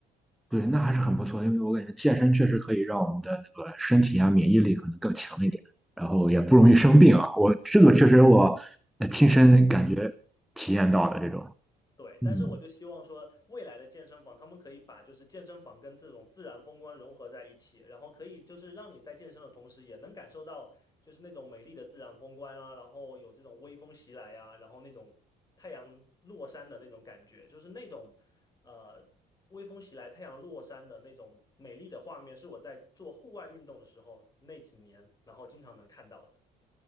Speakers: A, in the centre; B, on the left (about 20°).
A: 对，那还是很不错，因为我感觉健身确实可以让我们的那个身体啊免疫力可能更强一点，然后也不容易生病啊。我这个确实我呃亲身感觉体验到的这种，
B: 对，
A: 嗯。
B: 但是我就希望说，未来的健身房他们可以把就是健身房跟这种自然风光融合在一起，然后可以就是让你在健身的同时，也能感受到就是那种美丽的自然风光啊，然后有这种微风袭来啊，然后那种太阳落山的那种感觉，就是那种呃微风袭来、太阳落山的那种美丽的画面，是我在做户外运动的时候那几年，然后经常能看到的。